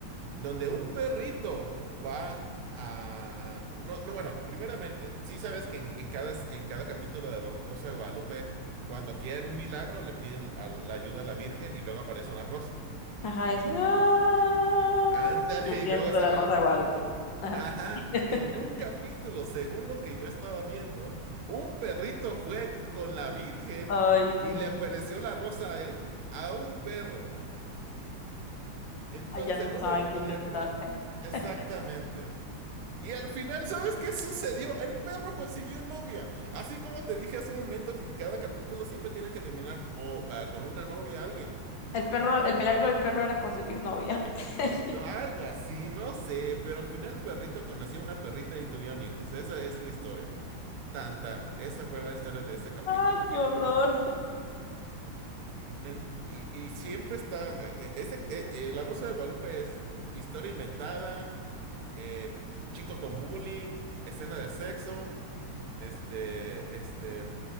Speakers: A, on the right; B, on the left.
A: donde un perrito va a... No, no, bueno, primeramente, sí sabes que en, en cada, en cada capítulo de La Rosa de Guadalupe, cuando quieren un milagro, le piden a- la ayuda a la Virgen y luego aparece una rosa.
B: Ajá, y hacen ¡ah!
A: Ándale,
B: y el viento
A: y luego sale...
B: de la rosa
A: el-
B: de Guadalupe. Ajá.
A: Ajá,
B: <laughs>
A: en un capítulo, según lo que yo estaba viendo, un perrito fue con la Virgen
B: Ay, no.
A: y le apareció la rosa a él, a un perro. Entonces,
B: Ay, ya no
A: no
B: saben
A: me lo
B: qué
A: podía
B: inventar.
A: creer. Exactamente.
B: <laughs>
A: Y al final, ¿sabes qué sucedió? El perro consiguió novia. Así como te dije hace un momento que cada capítulo siempre tiene que terminar o, ah, con una novia, alguien.
B: El perro, el milagro del perro era conseguir novia. <laughs>
A: No, algo así, no sé, pero al final el perrito conoció a una perrita y tuvieron hijos. Esa es la historia. Tan, tan. Esa fue la historia de ese capítulo.
B: ¡Ah, qué horror!
A: En- y, y siempre está, eh, eh, ese, eh, eh, La Rosa de Guadalupe es historia inventada, eh, chico con bullying, escena de sexo, este, este...